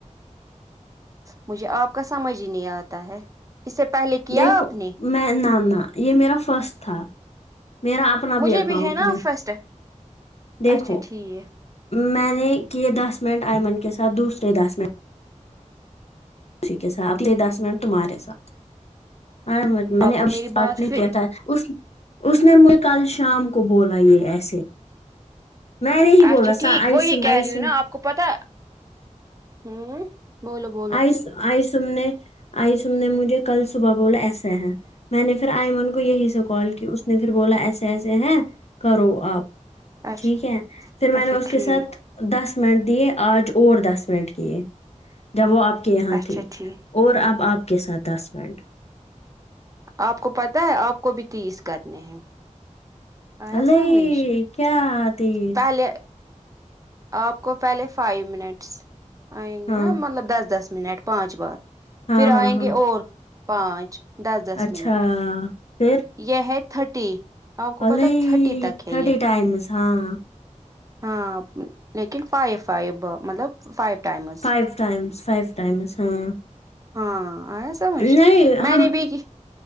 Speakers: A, on the right; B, on the left.
A: مجھے آپ کا سمجھ ہی نہیں آتا ہے اس سے پہلے کیا
B: دیکھو
A: آپ نے
B: میں نہ نہ یہ میرا فرسٹ تھا میرا آ سنا
A: مجھے
B: بھی اکاؤنٹ
A: ہے نا
B: نے
A: فرسٹ
B: دیکھو
A: اچھا ٹھیک
B: میں نے کہ دس منٹ ایئمن کے ساتھ دوسرے دس منٹ ٹھیک ہے صاحب لیے دس منٹ تمہارے ساتھ آیمن میں نے
A: آپ کو
B: اب
A: میری
B: سٹارٹ
A: بات
B: نہیں
A: پھر
B: کیا تھا اس اس نے مجھ کل شام کو بولا یہ ایسے میں نہیں بولا
A: اچھا ٹھیک
B: سا آئیسم
A: وہی کہہ
B: آئیسم
A: رہی ہوں نا آپ کو پتا ہوں بولو بولو
B: آئیس آئی سمنے آئی سمنے مجھے کل صبح بولا ایسا ہے میں نے پھر آئیمن کو یہی سے کال کی اس نے پھر بولا ایسے ایسے ہیں کرو آپ
A: اچھا
B: ٹھیک ہے پھر میں
A: اچھا
B: نے اس
A: ٹھیک
B: کے ساتھ دس منٹ دیے آج اور دس منٹ کیے جب وہ آپ کے یہاں
A: اچھا
B: تھی
A: ٹھیک
B: اور اب آپ کے ساتھ دس منٹ
A: آپ کو پتہ ہے آپ کو بھی تیس کرنے ہیں آیا
B: نہیں
A: سمجھ
B: کیا تیس
A: پہلے آپ کو پہلے فائیو منٹس آئیں گے
B: ہاں
A: نا مطلب دس دس منٹ پانچ بار
B: ہاں
A: پھر
B: ہاں
A: آئیں
B: ہاں
A: گے اور پانچ دس دس
B: اچھا
A: منٹ
B: پھر
A: یہ ہے تھرٹی آپ کو
B: الہی
A: پتا تھرٹی تک
B: تھرٹی
A: ہے یہ
B: ٹائمس ہاں
A: ہاں لیکن فائ فائ مطلب five timer
B: five times five times ہاں
A: ہاں آیا سمجھ
B: نہیں
A: میں
B: ہم
A: نے بھی کی-